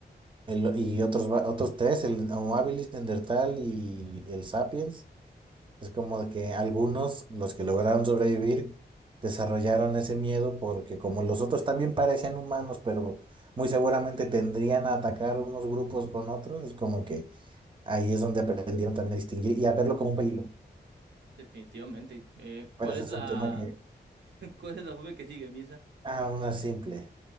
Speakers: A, on the right; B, on the right.
A: el- y otros, va- otros tres, el Homo habilis, Neandertal y el Sapiens. Es como de que algunos, los que lograron sobrevivir, desarrollaron ese miedo porque como los otros también parecían humanos, pero muy seguramente tendrían a atacar unos grupos con otros, es como que ahí es donde aprendieron también a distinguir y a verlo como un peligro.
B: Definitivamente. Eh, ¿cuál
A: Pero ese
B: es
A: es
B: la,
A: un tema que,
B: <laughs> cuál es la fobia que sigue, Misa?
A: ah, una simple.